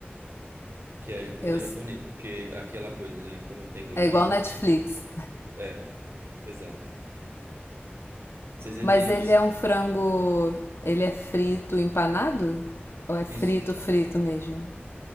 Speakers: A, on the right (about 80°); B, on the left (about 85°).
A: que é a comida
B: Eu,
A: japonesa, porque aquela coisa, né? Como tem rodízios,
B: é igual Netflix.
A: é, exato. Não sei se
B: Mas
A: tem
B: ele
A: isso.
B: é um frango. Ele é frito empanado? Ou é
A: Isso,
B: frito, frito mesmo?